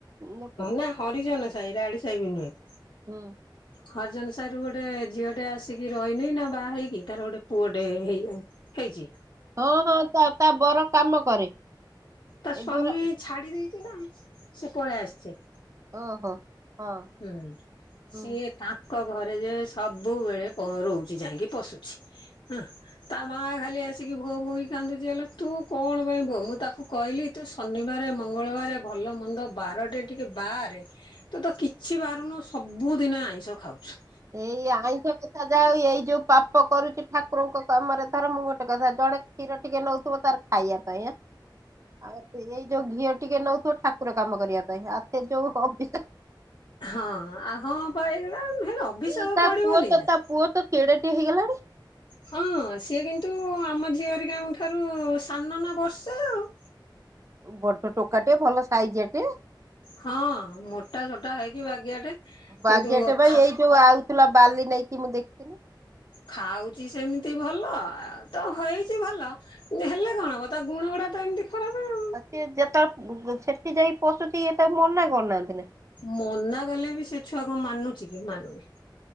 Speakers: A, on the right (about 40°); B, on the left (about 75°).
A: ଲୋକ
B: ନା ହରିଜନ ସାହି ରାଢି ସାହି ବି ନୁହେଁ।
A: ହୁଁ।
B: ହରିଜନ ସାହି ରୁ ଗୋଟେ ଝିଅ ଟେ ଆସିକି ରହିନି ନା ବାହା ହେଇକି ତାର ଗୋଟେ ପୁଅ ଟେ ହେଇ ହେଇଚି।
A: ହଁ ହଁ ତା ତା ବର କାମ କରେ।
B: ତା
A: ଏ
B: ସ୍ଵାମୀ
A: ଗୋରା
B: ଛାଡି ଦେଇଚି ନା ସେ ପଳେଇ ଆସିଚି?
A: ଓହୋ। ହଁ
B: ହୁଁ।
A: ହୁଁ।
B: ସିଏ ତା ଙ୍କ ଘରେ ଯେ ସବୁବେଳେ ପହଁରଉଚି ଯାଇକି ପଶୁଚି। ଆଁ ତା ମା ଖାଲି ଆସିକି ଭୋ ଭୋ ହେଇକି କାନ୍ଦୁଚି। ଆଲୋ ତୁ କଣ ପାଇଁ ଭୋ, ମୁଁ ତାକୁ କହିଲି ତୁ ଶନିବାରେ ମଙ୍ଗଳବାରେ ଭଲ ମନ୍ଦ ବାରଟେ ଟିକେ ବାରେ। ତୁ ତ କି କିଛି ବାରୁନୁ ସବୁଦିନେ ଆଇଁଷ ଖାଉଚୁ।
A: ଏଇ ଆଇଁଷ କଥା ଯାହା ଏଇ ଯୋଉ ପାପ କରୁଚି ଠା କୁରଙ୍କ କାମରେ ଧର ମୁଁ ଗୋଟେ କଥା ଜଣେ କ୍ଷୀର ଟିକେ ନଉଥିବ ତାର ଖାଇବା ପାଇଁଁ ଆଁ। ଆଉ ଏଇ ଯୋଉ ଘିଅ ଟିକେ ନଉଥିବ ଠାକୁର କାମ କରିବା ପାଇଁ। ଆଉ ସେ ଯୋଉ ଅଭିଶାପ୍
B: ହଁ ଆ ହଁ ପା ଏଇଗୁଡା ହେଲେ ଅଭିଶାପ
A: ଏଇ ତା
B: ପଡିବନି
A: ପୁଅ ତ
B: ନା।
A: ତା ପୁଅ ତ କେଡେଟେ ହେଇଗଲାଣି।
B: ହଁ। ସିଏ କିନ୍ତୁ ଆମ ଝିଅ ହେରିକାଙ୍କ ଠାରୁ ସାନ ନା ବର୍ଷେ ଆଉ।
A: ବଡ଼ ଟୋକା ଟେ ଭଲ ସାଇଜିଆ ଟେ।
B: ହଁ ମୋଟା ସୋଟା ହେଇକି ବାଗିଆଟେ। କିନ୍ତୁ
A: ବାଗିଆଟେ ବା
B: ଖା
A: ଏଇ ଯୋଉ ଆଉଥୁଲା ବାଲି ନେଇକି ମୁଁ ଦେଖିଥିନି।
B: ଖାଉଚି ସେମିତି ଭଲ ତ ହେଇଚି ଭଲ। ଯେ ହେଲେ କଣ ହବ ତା ଗୁଣ ଗୁଡା ତ ଏମିତି ଖରାପ ଆଉ।
A: ସିଏ ଯେତେବେଳେ ସେଠି ଯାଇ ପଶୁଚି ଇଏ ତାକୁ ମନା କରୁନାହାନ୍ତି ନା?
B: ମନା କଲେ ବି ସେ ଛୁଆ କଣ ମାନୁଚି କି ମାନୁନି।